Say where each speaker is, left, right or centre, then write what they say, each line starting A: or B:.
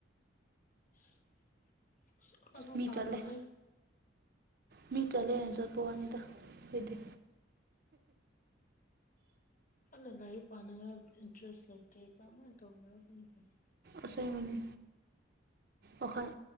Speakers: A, on the left; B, on the right.
A: <inaudible> ꯑꯩꯈꯣꯏꯐꯥꯎ
B: ꯃꯤ
A: ꯄꯥꯗꯕꯅꯦ
B: ꯆꯠꯂꯦ ꯃꯤ ꯆꯠꯂꯦꯅ ꯆꯥꯄꯋꯥꯅꯤꯗ ꯗꯤ
A: ꯀꯟꯅ ꯂꯥꯏꯔꯤꯛ ꯄꯥꯅꯔꯥ ꯏꯟꯇ꯭ꯔꯦꯁ ꯂꯩꯇꯦ ꯀꯃꯥꯏꯅ ꯇꯧꯕꯔ ꯈꯪꯗꯦ ꯫
B: ꯑꯁꯦꯡꯕꯅꯦ꯫ ꯋꯥꯈꯜ